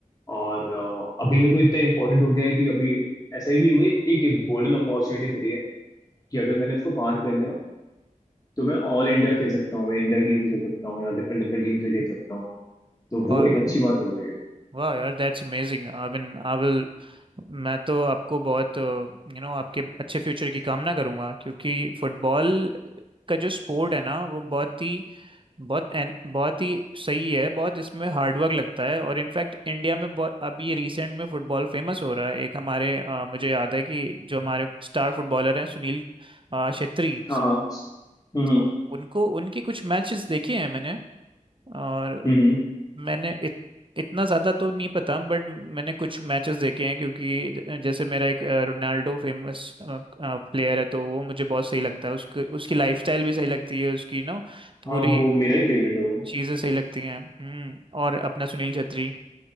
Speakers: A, on the left; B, on the right.
A: और अ, अभी मेरे को इतना इम्पोर्टेंट हो गया है कि अभी ऐसा है कि मुझे एक, एक गोल्डन अपॉर्चुनिटी मिली है कि अगर मैंने उसको पार कर लिया तो मैं ऑल इंडिया खेल सकता हूँ मैं इंडिया की टीम से खेल सकता हूँ या डिफरेंट डिफरेंट टीम से खेल सकता हूँ तो
B: वाह,
A: वो एक अच्छी बात हो गई है
B: वाह यार that's amazing I mean I will मैं तो आपको बहुत यू नो आपके अच्छे फ्यूचर की कामना करूंगा क्योंकि फुटबॉल का जो स्पोर्ट है ना वो बहुत ही बहुत एन- बहुत ही सही है बहुत इसमें हार्डवर्क लगता है और इनफैक्ट इंडिया में बहुत अभी रिसेंट में फुटबॉल फेमस हो रहा है एक हमारे अ, मुझे याद है कि जो हमारे स्टार फुटबॉलर हैं सुनील अ, छेत्री
A: हाँ
B: साहब,
A: हाँ हम्म हम्म।
B: तो उनको उनके कुछ मैचेस देखे हैं मैंने और
A: हम्म
B: मैंने इत, इतना ज़्यादा तो नहीं पता बट मैंने कुछ मैचेस देखे हैं क्योंकि ज- जैसे मेरा एक अ, रोनाल्डो फेमस प्लेयर है तो वो मुझे बहुत सही लगता है उसके उसकी लाइफस्टाइल भी सही लगती है उसकी ना पूरी
A: हाँ वो मेरा ही फेवरेट है वो
B: चीज़ें सही लगती हैं हम्म और अपना सुनील छेत्री